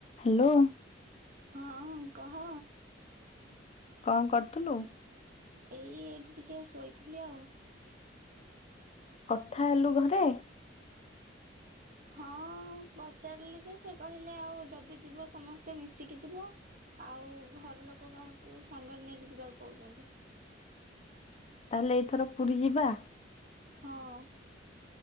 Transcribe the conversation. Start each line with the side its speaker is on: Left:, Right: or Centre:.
Left: Hello.
Right: ହଁ କହ।
Left: କଣ କରୁଥିଲୁ?
Right: ଏଇ ଏଠି ଟିକେ ଶୋଇଥିଲି ଆଉ।
Left: କଥା ହେଲୁ ଘରେ?
Right: ହଁ ପଚାରିଲି ଯେ ସେ କହିଲେ ଆଉ ଯଦି ଯିବ ସମସ୍ତେ ମିଶିକି ଯିବ। ଆଉ ଘର ଲୋକ କାହାକୁ ସାଙ୍ଗରେ ନେଇକି ଯିବାକୁ କଉଛନ୍ତି।
Left: ତାହେଲେ ଏଇଥର ପୁରୀ ଯିବା?
Right: ହଁ